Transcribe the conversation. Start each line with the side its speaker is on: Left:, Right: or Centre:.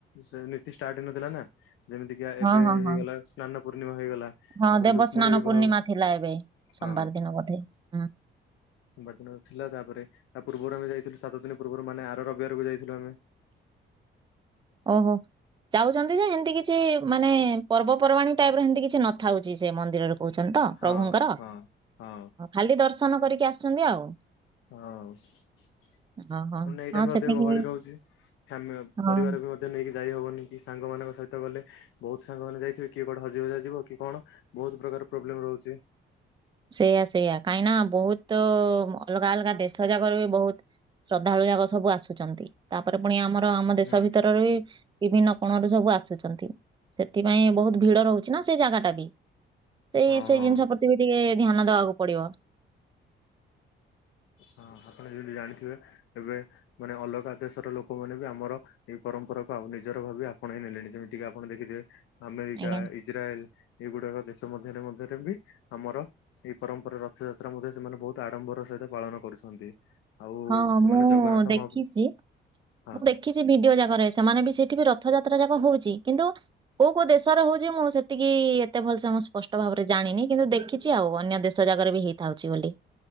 Left: ସେ ନୀତି ଷ୍ଟାର୍ଟ ହେଇନଥିଲା ନା ଯେମିତି ୟା
Right: ହଁ
Left: ଏବେ
Right: ହଁ ହଁ
Left: ହେଇଗଲା ସ୍ନାନ ପୂର୍ଣ୍ଣିମା ହେଇଗଲା।
Right: ହଁ
Left: ତାପରେ
Right: ଦେବସ୍ନାନ
Left: ରୁକ୍ମଣୀ ବିବାହ
Right: ପୂର୍ଣ୍ଣିମା ଥିଲା ଏବେ ସୋମବାର
Left: ହଁ
Right: ଦିନ ବୋଧେ ହୁଁ।
Left: ସୋମବାର ଦିନ ଥିଲା ତାପରେ ତା ପୂର୍ବରୁ ଆମେ ଯାଇଥିଲୁ ସାତ ଦିନ ପୂର୍ବରୁ ମାନେ ଆର ରବିବାରକୁ ଯାଇଥିଲୁ ଆମେ।
Right: ଓହୋ। ଯାଉଛନ୍ତି ଯେ ଏମିତି କିଛି ମାନେ ପର୍ବପର୍ବାଣୀ ଟାଇପର ଏମିତି କିଛି ନଥାଉଛି ସେ ମନ୍ଦିରରୁ। କହୁଛନ୍ତି ତ
Left: ହଁ
Right: ପ୍ରଭୁଙ୍କର
Left: ହଁ ହଁ
Right: ଖାଲି ଦର୍ଶନ କରିକି ଆସୁଛନ୍ତି ଆଉ।
Left: ହଁ ପୁଣି
Right: ହଁ, ହଁ,
Left: ନା ଏଇ
Right: ହଁ
Left: ଟାଇମରେ
Right: ସେତିକି
Left: ଅଧିକ ଗହଳି ରହୁଛି, ଫ୍ୟାମି
Right: ହଁ,
Left: ପରିବାର ବି ମ ଧ୍ୟ ନେଇକି ଯାଇ ହବନି କି ସାଙ୍ଗମାନଙ୍କ ସହିତ ଗଲେ, ବହୁତ ସାଙ୍ଗମାନେ ଯାଇଥିବେ କିଏ କୁଆଡ଼େ ହଜି ହୁଜା ଯିବ କି କଣ? ବହୁତ ପ୍ରକାର ପ୍ରୋବ୍ଲେମ ରହୁଛି।
Right: ସେଇୟା ସେଇୟା, କାହିଁକି ନା ବହୁତ ଅଲଗା ଅଲଗା ଦେଶଯାକର ବି ବହୁତ ଶ୍ରଦ୍ଧାଳୁ ଯାକ ସବୁ ଆସୁଛନ୍ତି। ତାପରେ ପୁଣି ଆମର ଆମ ଦେଶ
Left: ହୁଁ
Right: ଭିତରରୁ ବି ବିଭିନ୍ନ କୋଣରୁ ସବୁ ଆସୁଛନ୍ତି। ସେଥିପାଇଁ ବହୁତ ଭିଡ଼ ରହୁଛି ନା ସେ ଜାଗାଟା ବି। ସେଇ
Left: ହଁ
Right: ସେଇ
Left: ହଁ।
Right: ଜିନିଷ ପ୍ରତି ବି ଟିକେ ଧ୍ୟାନ ଦବାକୁ ପଡିବ।
Left: ହଁ ଆପଣ ଯେମିତି ଜାଣିଥିବେ ଏବେ ମାନେ ଅଲଗା ଦେଶର ଲୋକମାନେ ବି ଆମର ଏଇ ପରମ୍ପରାକୁ ଆଉ ନିଜର ଭାବେ ଆପଣେଇ ନେଲେଣି ଯେମିତିକି ଆପଣ ଦେଖିଥିବେ ଆମେରିକା,
Right: ଆଜ୍ଞା।
Left: ଇ ଇଜ୍ରାଇଲ୍, ଏଇଗୁଡାକ ଦେଶ ମଧ୍ୟରେ ମଧ୍ୟରେ ବି ଆମର ଏଇ ପରମ୍ପରା ରଥଯାତ୍ରା ମଧ୍ୟ ସେମାନେ ବହୁତ ଆଡ଼ମ୍ବର ସହିତ ପାଳନ କରୁଛନ୍ତି। ଆଉ
Right: ହଁ
Left: ସେମାନେ
Right: ମୁଁ
Left: ଜଗନ୍ନାଥ
Right: ଦେଖିଛି,
Left: ମହାପ୍ର ହଁ
Right: ମୁଁ ଦେଖି ଚି ଭିଡିଓ ଯାକରେ ସେମାନେ ବି ସେଇଠି ବି ରଥଯାତ୍ରା ଯାକ ହଉଛି କିନ୍ତୁ କୋଉ କୋଉ ଦେଶରେ ହଉଛି ମୁଁ ସେତିକି ଏତେ ଭଲସେ ମୁଁ ସ୍ପଷ୍ଟ ଭାବରେ ଜାଣିନି କିନ୍ତୁ ଦେଖି ଛି ଆଉ ଅନ୍ୟ ଦେଶ ଯାକରେ ବି ହେଇଥାଉଛି ବୋଲି।